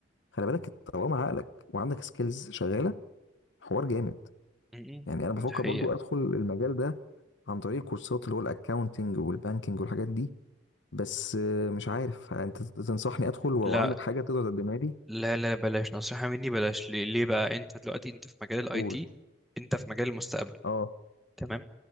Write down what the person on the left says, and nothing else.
خلي بالك طالما عقلك وعندك سكيلز شغاله حوار جامد
يعني انا
بفكر
برضو ادخل المجال ده عن طريق كورسات اللي هو الاكاونتنج والبانكينج والحاجات دي بس آه، مش عارف انت تنصحني ادخل ولو
عندك حاجه تقدر تقدمها لي
قول
اه